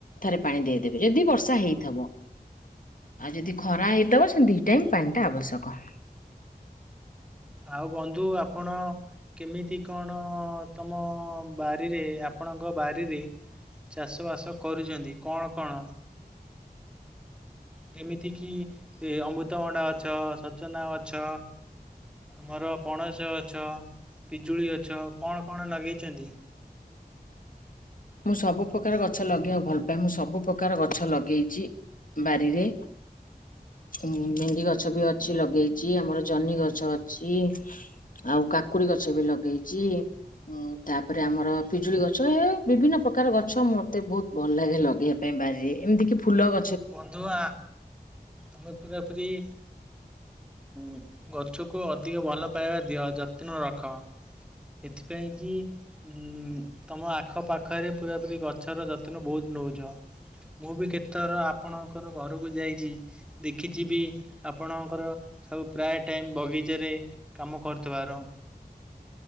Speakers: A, on the left; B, in the centre.
A: ଥରେ ପାଣି ଦେଇଦେବେ ଯଦି ବର୍ଷା ହେଇଥିବ। ଆଉ ଯଦି ଖରା ହେଇଥବ ସେ ଦି ଟାଇମ୍ ପାଣିଟା ଆବଶ୍ୟକ।
B: ଆଉ ବନ୍ଧୁ ଆପଣ କେମିତି କଣ ଅଁ, ତୋମ ବାରିରେ ଆପଣଙ୍କ ବାରିରେ ଚାଷବାସ କରିଚନ୍ତି? କଣ କଣ? ଯେମିତିକି ଏ ଅମୃତଭଣ୍ଡା ଗଛ, ସଜନା ଗଛ। ଆମର ପଣସ ଗଛ, ପିଜୁଳି ଗଛ, କଣ କଣ ନଗେଇଚନ୍ତି?
A: ମୁଁ ସବୁ ପ୍ରକାର ଗଛ ଲଗେଇବାକୁ ଭଲ ପାଏ। ମୁଁ ସବୁ ପ୍ରକାର ଗଛ ଲଗେଇଛି ବାରିରେ। ଉଁ, ଭେଣ୍ଡି ଗଛ ବି ଅଛି ଲଗେଇଚି। ଆମର ଜହ୍ନି ଗଛ ଅଛି। ଆଉ କାକୁଡି ଗଛ ବି ଲଗେଇଛି। ଉଁ, ତାପରେ ଆମର ପିଜୁଳି ଗଛ ଏ ବିଭିନ୍ନ ପ୍ରକାର ଗଛ ମୋତେ ବହୁତ ଭଲ ଲାଗେ ଲଗେଇବା ପାଇଁ ବାରିରେ। ଏମିତି କି ଫୁଲ ଗ
B: ବନ୍ଧୁ ଆ, ତୋମେ ପୁରାପୁରି ଏଁ, ଉଁ, ଗଛକୁ ଅଧିକ ଭଲ ପାଇବା ଦିଅ ଯତ୍ନ ରଖ ଏଥିପାଇଁ କିି ଉଁ, ତୋମ ଆଖପାଖରେ ପୁରାପୁରି ଗଛର ଯତ୍ନ ବହୁତ ନଉଚ। ମୁଁ ବି କେତଥର ଆପଣଙ୍କର ଘରକୁ ଯାଇଛି। ଦେଖିଛିି ବି ଆପଣଙ୍କର ସବୁ ପ୍ରାୟ ଟାଇମ୍ ବଗିଚାରେ କାମ କରୁଥିବାର।